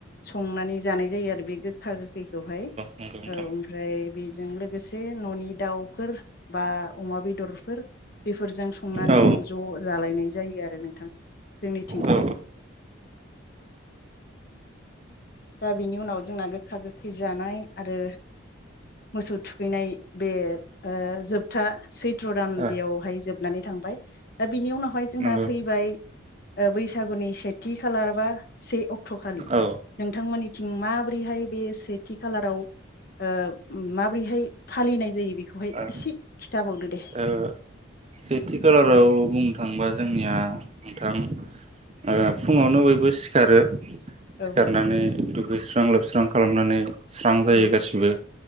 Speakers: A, on the left (about 50°); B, on the right (about 30°).
A: संनानै जानाय जायो आरो बे गो खा गोखैखौहाय
B: नंगौ नोंथां
A: औ ओमफ्राय बि जों लोगोसे जे न'नि दाउफोर बा अमा बेदरफोर बेफोरजों संनानै
B: औ
A: जों ज' जालायनाय जायो आरो नोंथां जोंनिथिं।
B: औ
A: दा बिनि उनाव जोंना गोखा गोखै जानाय आरो मोसौ थुखैनाय बे ओ जोबथा सैथ्र' दान
B: औ
A: बेयावहाय जोबनानै थांबाय दा बिनि उनावहाय जोंहा
B: नंगौ औ
A: फैबाय ओ बैसागुनि सेथि खालार बा से अक्ट'खालि।
B: औ ओ
A: नोंथांमोननिथिं माबोरैहाय बे सेथि खालाराव ओ मा बोरैहाय फालिनाय जायो? बेखौहाय
B: ओ
A: एसे खिथाबावदो दे
B: ओ सेथि खालाराव बुंनो थांबा जोंनिया नोंथां ओ
A: औ
B: फुङावनो बयबो सिखारो
A: औ
B: सिखारनानै दु गैस्रां लोबस्रां खालामनानै स्रां जायो
A: नंगौ
B: गासिबो